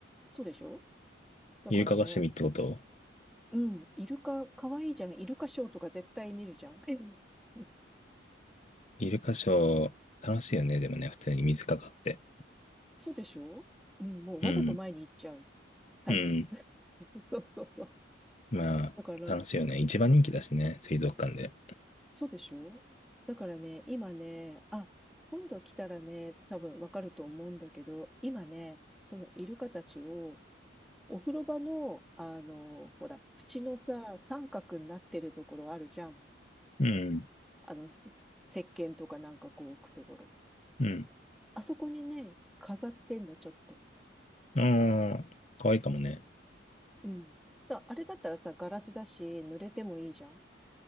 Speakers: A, in the centre; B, on the left (about 35°).
A: そうでしょだからね、
B: イルカが趣味ってこと
A: うん、イルカ可愛いじゃん。イルカショーとか絶対見るじゃん。うん <laughs>
B: イルカショー、楽しいよね。でもね、普通に水かかって。
A: そうでしょうん、もうわざと前に行っちゃう
B: うん、
A: タイプ。
B: うん。
A: <laughs> そうそうそう。
B: まあ、
A: だから、
B: 楽しいよね。一番人気だしね、水族館で。
A: そうでしょだからね、今ね、あ、今度来たらね、多分わかると思うんだけど、今ね、そのイルカたちを、お風呂場の、あの、ほら、縁のさ、三角になってるところあるじゃん。
B: うん、
A: あの、す石鹸とかなんかこう置くところ。
B: うん。
A: あそこにね、飾ってんの、ちょっと。
B: ああ、可愛いかもね。
A: うん。だあれだったらさ、ガラスだし、濡れてもいいじゃん。